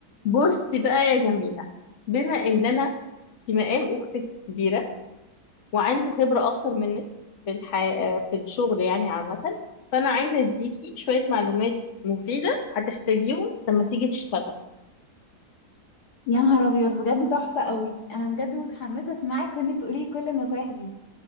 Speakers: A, on the left; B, on the left.
A: بصي بقى يا جميلة بما ان انا في مقام اختك الكبيرة وعندي خبرة اكتر منك في الح... في الشغل يعني عامة فانا عايزة اديكي شوية معلومات مفيدة هتحتاجيهم لما تيجي تشتغل
B: يا نهار ابيض بجد تحفه قوي انا بجد متحمسه اسمعك وانتي تقولي لي كل النصايح دي